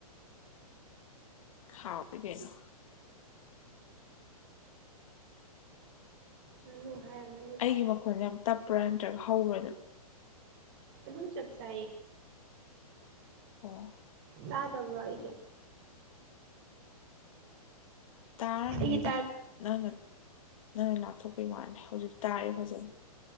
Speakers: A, on the left; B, on the right.
A: ꯍꯥꯎ ꯀꯩꯅꯩꯅ
B: ꯃ ꯍꯥꯏꯅꯤ
A: ꯑꯩꯒꯤ ꯃꯈꯣꯟꯗ ꯌꯥꯝ ꯇꯞꯄ꯭ꯔꯥ ꯅꯠꯇ꯭ꯔꯒ ꯍꯧꯕ꯭ꯔꯥ ꯑꯗꯨꯝ
B: ꯑꯗꯨ ꯆꯞ ꯆꯥꯏ
A: ꯑꯣ
B: ꯌꯥꯗꯋꯥ ꯑꯩꯒ
A: ꯇꯥꯔꯝꯅꯤꯗ
B: ꯑꯩꯒꯤ ꯇꯥꯗ
A: ꯅꯪꯅ ꯅꯪꯅ ꯂꯥꯞꯊꯣꯛꯄꯩ ꯃꯥꯜꯂꯦ ꯍꯧꯖꯤꯛ ꯇꯥꯔꯦ ꯐꯖꯅ